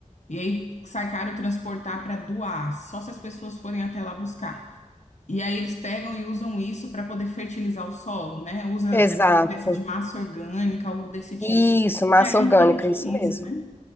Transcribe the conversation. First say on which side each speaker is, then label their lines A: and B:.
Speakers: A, on the left (about 60°); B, on the left (about 15°).
A: e aí sai caro transportar para doar, só se as pessoas forem até lá buscar. E aí eles pegam e usam isso para poder fertilizar o solo, né? Usa
B: exato.
A: faz uma espécie de massa orgânica, algo desse tipo.
B: Isso, massa
A: E aí
B: orgânica,
A: reutiliza,
B: isso mesmo.
A: né?